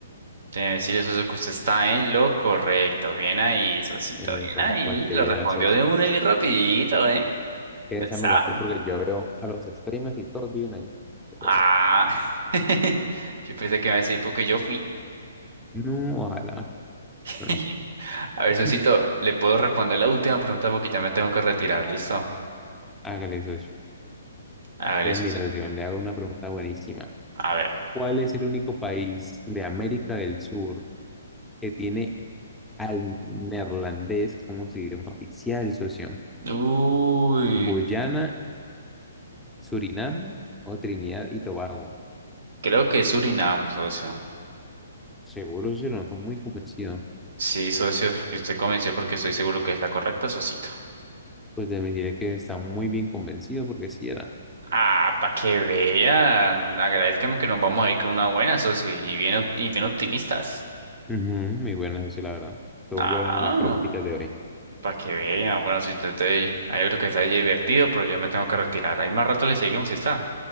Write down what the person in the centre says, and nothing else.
Y
bueno,
para que
veas,
socio.
Es que
esa
me la sé porque yo veo a los streamers y todos viven ahí. Para
que vea.
No, ojalá.
pero no.
<laughs>
Hágale, socio.
Entonces,
mira, yo le hago una pregunta buenísima.
¿Cuál es el único país de América del Sur que tiene al neerlandés como su idioma oficial, socio?
¿Guyana, Surinam o Trinidad y Tobago?
Seguro, sí lo noto muy convencido.
Pues de me diré que está muy bien convencido porque sí era.
Ujú, muy buenas, socio, la verdad. Son
buenas las preguntitas de hoy.